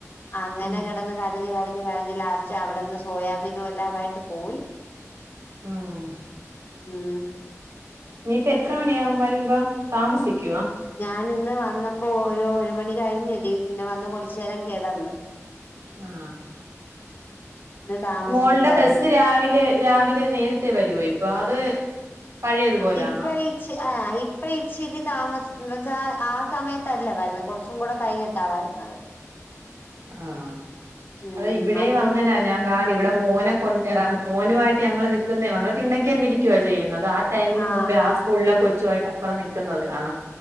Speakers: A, on the left; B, on the right.
A: അങ്ങനെ
B: ഉം
A: കിടന്ന് കരഞ്ഞ് കരഞ്ഞ് കരഞ്ഞ് ലാസ്റ്റ് അവിടുന്ന് സോയാബീനും എല്ലാവായിട്ട് പോയി
B: ഉം.
A: ഉം
B: ഇനിയിപ്പ എത്ര മണിയാവും വരുമ്പോ താമസിക്കോ?
A: ഞാനിന്ന് വന്നപ്പോ ഒരു ഒരു മണി കഴിഞ്ഞെടി പിന്നെ വന്ന് കൊറച്ചുനെരം കേടാന്ന്
B: ആ
A: ഇന്ന് താമസിച്ചായിരുന്നു
B: മോൾ ടെ ബസ്സ് രാ വിലെ രാവിലെ നേരത്തെ വെരുവോ ഇപ്പ അത് പഴയതുപോലാണോ
A: ഇപ്പൊയി ആ ഇപ്പൊയിച്ചിരി താമസം എന്ത വച്ചാ ആ സമയത്തല്ല വരുന്നെ കുറച്ചും കൂടെ കഴിഞ്ഞി <unintelligible>
B: ആഹ്
A: ഉം
B: അത ഇവിടെയും
A: അതുകൊണ്ട്
B: അങ്ങനാ
A: പിന്നെ
B: ഞാൻ കാണും ഇവിടെ മോനെ കൊണ്ട് എറ മോനുവായിട്ട് ഞങ്ങൾ നിക്കുന്നയാ ഞങ്ങള് തിണക്കെന്നെ ഇരിക്കുവ ചെയ്യുന്നത് ടൈമിന്
A: ആഹ്
B: മുമ്പേ ആ
A: ആഹ്
B: സ്കൂളിലൊ കൊയ്യിട്ട് അപ്പറം നൽക്കുന്നത് കാണാം